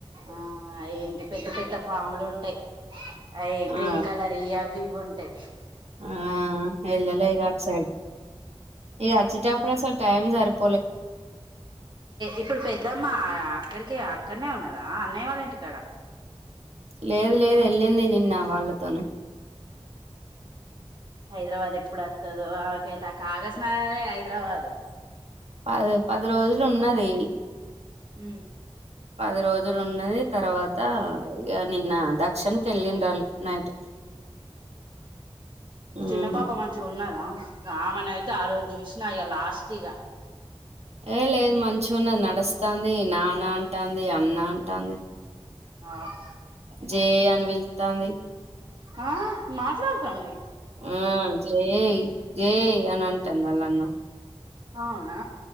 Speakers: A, on the right (about 45°); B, on the right (about 85°).
A: ఆ ఏంటి పెద్ద పెద్ద పాములు ఉంటాయి అవి
B: ఆ
A: గ్రీన్ కలర్ అవి ఉంటాయి
B: ఆ ఇల్లా ఈ ఆట్సైడ్ ఈ అచ్చట అప్పుడసలు టైమ్ సరిపో
A: ఇప్పుడు పెద్దమ్మ అక్కడికే అక్కడనే ఉన్నదా అన్నయ వాళ్ళ ఇంటికి క్కడ
B: లేదు లేదు వెళ్ళింది నిన్న వాళ్ళతోన
A: హైదరాబాద్ ఎప్పుడు వస్తుదుో ఆకైతే ఆ కాగజ్ నగరే హైదరాబాదు
B: అదో పది రోజులు ఉన్నది
A: ఊ
B: పది రోజులు ఉన్నది తర్వాత ఇక నిన్న దక్షిణకి వెళ్ళిన్రాళ్ళు నైట్ హ్మ్.
A: చిన్న పాప మంచిగా ఉన్నదా రామన అయితే ఆ రోజు చూసినా ఇగ లాస్ట్ టిగా
B: ఏ లేదు మంచి ఉన్నది నడుస్తంది నాన్న అంటంది అన్న అంటంది
A: ఆ
B: జే అని పిలుతాంది
A: ఆ మాట్లాడతాంది
B: ఆ జాయ్ జాయ్ అని అంటంది ఆళ్ల అన్న
A: అవునా